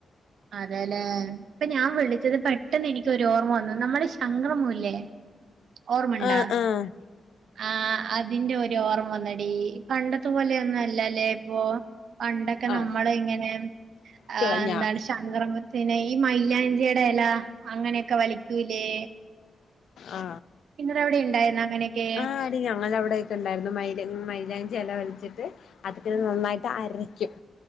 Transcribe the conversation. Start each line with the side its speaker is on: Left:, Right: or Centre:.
Right: അതെല്ലേ ഇപ്പൊ ഞാൻ വിളിച്ചത് പെട്ടെന്ന് എനിിക്കൊരു ഓർമ്മ വന്നു നമ്മള് ശങ്കരമൂല്ലേ ഓർമ്മുണ്ടാ
Left: ആഹ് ആഹ്
Right: ആ അതിന്റെ ഒരു ഓർമ്മ വന്നടി പണ്ട അത്ത പോലെയൊന്നുംല്ലല്ലേ ഇപ്പൊ പണ്ടൊക്കെ
Left: ആഹ്
Right: നമ്മള ഇങ്ങനെ
Left: പ്ല
Right: ആ എന്താണ്
Left: ഞാ
Right: ശക്രമത്തിന് ഈ മൈലാഞ്ചി ടെ ഇല അങ്ങനെയൊക്കെ വലിക്കൂലേ
Left: ആ
Right: നിങ്ങളുടെ അവിടെ ഉണ്ടായിരുന്നു അങ്ങനെയൊക്കെ
Left: ആ അടി ഞങ്ങൾ അവിടെയൊക്കെ ഉണ്ടായിരുന്നു മൈലാഞ്ചി മൈലാഞ്ചി ഇല്ല ഒലിച്ചിട്ട് അതൊക്കെത് നന്നായിട്ട് അരയ്ക്കും